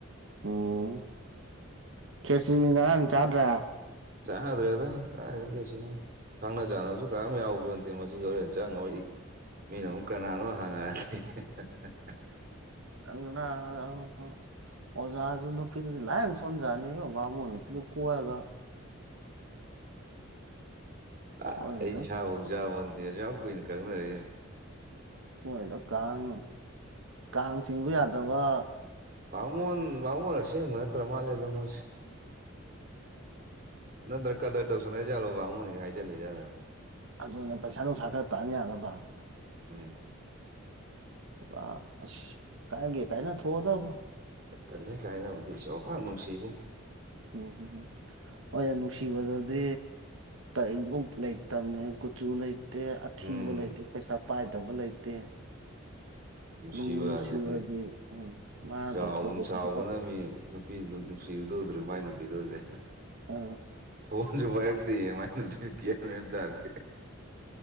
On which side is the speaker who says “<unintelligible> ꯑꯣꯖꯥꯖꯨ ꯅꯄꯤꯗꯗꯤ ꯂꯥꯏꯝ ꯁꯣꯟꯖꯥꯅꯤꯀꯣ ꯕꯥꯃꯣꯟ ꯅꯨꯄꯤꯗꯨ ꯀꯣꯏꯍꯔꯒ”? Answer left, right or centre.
Right